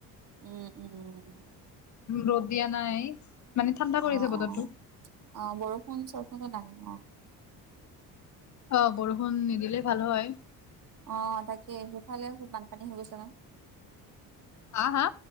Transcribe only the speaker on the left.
ৰদ দিয়া নাই। মানে ঠাণ্ডা কৰিছে
বতৰটো।
অ বৰষুণ নিদিলে ভাল হয়।
হা হা।